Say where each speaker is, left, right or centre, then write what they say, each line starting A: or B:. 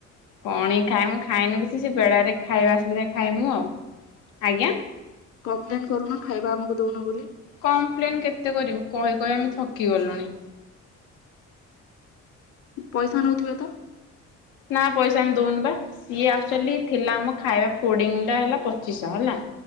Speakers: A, on the left; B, on the left.
A: ପଣି ଖାଇମୁ ଖାଇନୁ କିଛି ସେ ବେଳାରେ ଖାଇବା ଆସିଲେ ଯାଇ ଖାଇମୁ ଆଉ ଆଜ୍ଞା।
B: କମ୍ପ୍ଲେନ୍ କରୁନ ଖାଇବା ଆମକୁ ଦଉନ ବୋଲି।
A: କମ୍ପ୍ଲେନ୍ କେତେ କରିବୁ କହି କହି ଆମେ ଥକିଗଲୁଣି।
B: ପଇସା ନଉଥିବେ ତ?
A: ନା ପଇସା ଆମେ ଦଉନୁ ବା ସିଏ ଆକ୍ଚୁଆଲି ଥିଲା ଆମ ଖାଇବା ଫୁଡିଙ୍ଗ ଟା ହେଲା ପଚିଶହ ହେଲା।